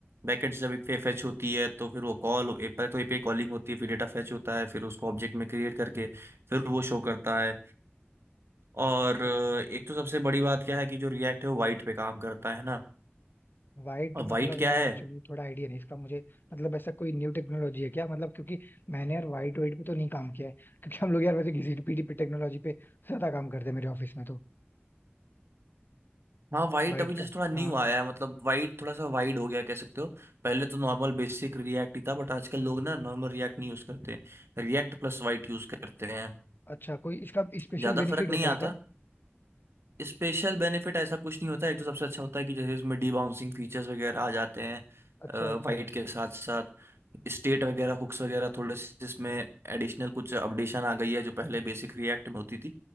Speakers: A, on the right; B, on the left.
A: बैकेंड से जब एक फेच होती है तो फिर वो कॉल पहले तो एपीआई कॉलिंग होती है फिर डेटा फेच होता है फिर उसको ऑब्जेक्ट में क्रिएट करके फिर वो शो करता है और
B: अच्छा
A: अ,
B: अच्छा
A: एक तो सबसे बड़ी बात क्या है कि जो रिएक्ट है वो वाइट पे काम करता है ना
B: वाइट
A: और
B: मतलब
A: वाइट क्या
B: यार
A: है
B: एक्चुअली थोड़ा आइडिया नहीं इसका मुझे मतलब ऐसा कोई न्यू टेक्नोलॉजी है क्या मतलब क्योंकि मैंने यार वाइट वाइट पे तो नहीं काम किया है क्योंकि हम लोग यार वैसे घिसी पीटी पे टेक्नोलॉजी पे ज्यादा काम करते हैं मेरे ऑफिस में तो
A: हाँ वाइट
B: वाइट
A: अभी जैसे
B: का
A: थोड़ा न्यू
B: हाँ
A: आया है मतलब वाइट थोड़ा सा वाइड हो गया कह सकते हो पहले तो नॉर्मल बेसिक रिएक्ट ही था बट आजकल लोग ना नॉर्मल रिएक्ट नहीं यूज करते रिएक्ट प्लस वाइट यूज करते हैं
B: अच्छा कोई इसका स्पेशल
A: ज्यादा
B: बेनिफिट
A: फर्क नहीं
B: होता
A: आता
B: है क्या
A: स्पेशल बेनिफिट ऐसा कुछ नहीं होता है एक तो सबसे अच्छा होता है कि जैसे इसमें डी बाउंसिंग फीचर्स वगैरह आ जाते हैं
B: अच्छा अच्छा
A: वाइट के साथ साथ स्टेट वगैरह हुक्स वगैरह थोड़े से इसमें एडिशनल कुछ अपडेशन आ गई है जो पहले बेसिक रिएक्ट में होती थी